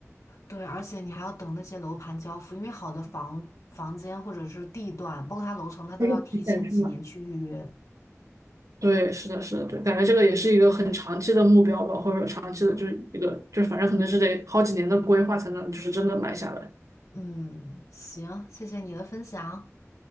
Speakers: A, on the left; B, on the right.
A: 对，而且你还要等那些楼盘交付，因为好的房房间或者是地段，包括它楼层，它都要提前几年去预约。
B: 就是提前去买。对，是的，是的，对，感觉这个也是一个很长期的目标吧，或者说长期的，就是一个，就是反正可能是得好几年的规划才能，就是真的买下来。
A: 嗯，行，谢谢你的分享。